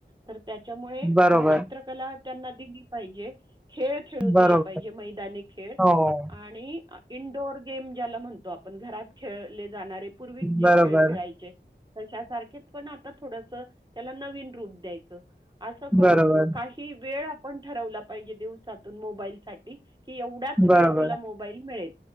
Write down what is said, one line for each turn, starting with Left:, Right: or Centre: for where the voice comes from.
Right: तर त्याच्यामुळे
Centre: बरोबर,
Right: चित्रकला त्यांना दिली पाहिजे खेळ खेळू
Centre: बरोबर.
Right: दिले पाहिजे मैदानी खेळ
Centre: हो.
Right: आणि इनडोअर गेम ज्याला म्हणतो आपण घरात खेळले जाणारे पूर्वी जे
Centre: बरोबर,
Right: खेळ खेळायचे तशा सारखेच पण आता थोडस त्याला नवीन रूप द्यायचं असं करून
Centre: बरोबर,
Right: काही वेळ आपण ठरवला पाहिजे दिवसातून मोबाईल साठी की एवढा त्याच
Centre: बरोबर.
Right: वेळ तुला मोबाईल मिळेल